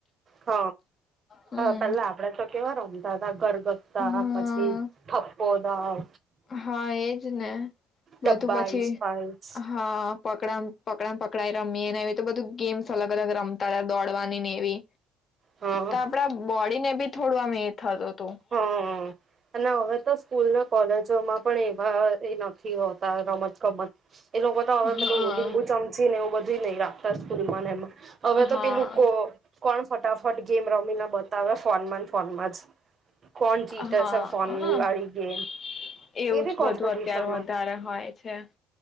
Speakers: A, on the right; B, on the left.
A: હ
B: હમ
A: પેલા આપડે તો કેવાર <unintelligible> ગરગથતા
B: હા
A: પછીઠપ્પો હા
B: હા એજ ને બધું
A: ડબ્બાઈ
B: પછી
A: સ્પાઈસ
B: હા પકડ પકડા પકડાઈ રમીએ વે તો બધું ગેમ્સ અલગ અલગ રમતા દોડવાની ને એવી
A: હા
B: તો આપડા બોડી ને બી થોડું આમ એ થતું હતું
A: હ હ અને હવે તો સ્કૂલ નો કોલેજોમાં પણ એવા એ નથ તા રમત-ગમત એ લોકો તો હવે
B: હા
A: પેલું લીંબુ ચમચી ને એવું બધું નહી રાખતા સ્કૂલ માંને એમાં હવે તો
B: હા
A: પેલું કો કોણ ફટાફટ ગેમ રમીને બતાવે ફોન માં ફોનમાં જ કોણ જીતે
B: હા
A: છે ફોનની
B: હ
A: વાળી ગેમ
B: એવું
A: એવી
B: જ
A: કોમ્પિટિશનો
B: બધું અત્યારે વધારે હોય છે.